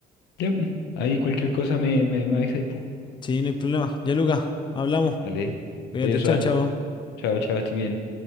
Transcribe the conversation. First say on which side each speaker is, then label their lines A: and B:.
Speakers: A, on the left; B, on the left.
A: Ya, pues, ahí cualquier cosa me, me, me avisáis, pues.
B: Sí, no hay problema. Ya, Luca, hablamos.
A: Dale,
B: Cuídate,
A: adiós,
B: chao,
A: ah.
B: chao.
A: Chao, chao, estoy bien.